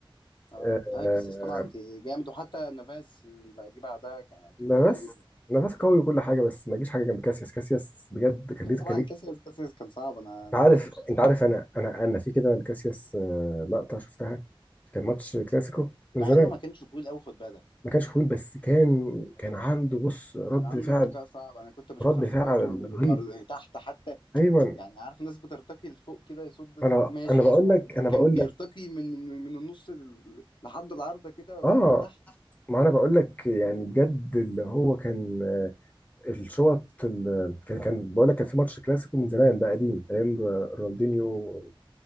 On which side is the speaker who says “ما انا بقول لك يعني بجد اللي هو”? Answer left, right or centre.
Left